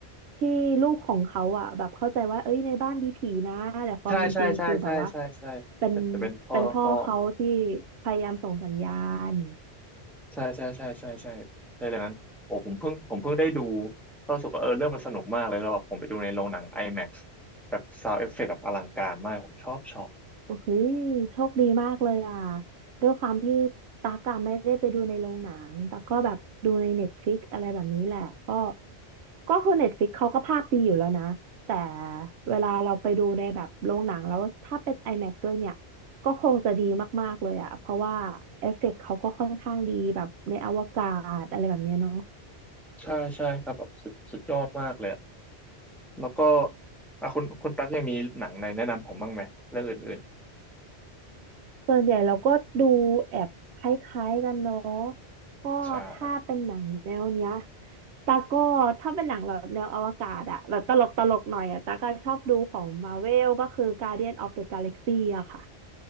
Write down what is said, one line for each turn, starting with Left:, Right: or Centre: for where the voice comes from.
Right: ที่ลูกของเขาอ่ะแบบเข้าใจว่าเอ้ยในบ้านมีผีนะแต่ความเป็นจริงคือแบบว่า
Centre: ใช่ใช่ใช่ใช่ใช่ใช่
Right: เป็น
Centre: จะเป็นพ่อพ่อ
Right: เป็นพ่อเขาที่พยายามส่งสัญญาณ
Centre: ใช่ใช่ใช่ใช่ใช่ใช่ดังนั้นโอ้ผมเพิ่งผมเพิ่งได้ดูก็รู้สึกว่าเออเรื่องมันสนุกมากเลยแล้วแบบผมไปดูในโรงหนัง IMAX แบบซาวด์เอฟเฟกต์แบบอลังการมากผมชอบชอบ
Right: โอ้ยโชคดีมากเลยอ่ะด้วยความที่ตักอะไม่ได้ไปดูในโรงหนังตักก็แบบดูในเน็ตฟลิกอะไรแบบนี้แหละก็ก็คือเน็ตฟลิกเขาก็ภาพดีอยู่แล้วนะแต่เวลาเราไปดูในแบบโรงหนังแล้วถ้าเป็น IMAX ด้วยเนี่ยก็คงจะดีมากๆเลยอ่ะเพราะว่าเอฟเฟกต์เขาก็ค่อนข้างดีแบบในอวกาศอะไรแบบเนี้ยเนาะ
Centre: ใช่ใช่ครับแบบสุดสุดยอดมากเลยอะแล้วก็อ่ะคุณคุณตั๊กยังมีหนังในแนะนำผมบ้างไหมเรื่องอื่น
Right: ส่วนใหญ่เราก็ดูแอบคล้ายๆกันเนาะก็ถ้าเป็นหนังแนวเนี้ย
Centre: ๆใช่
Right: ตาก็ถ้าเป็นหนังแบบแนวอวกาศอะแบบตลกตลกหน่อยอะตาก็ชอบดูของมาเวลก็คือ Guardian of the Galaxy อะค่ะ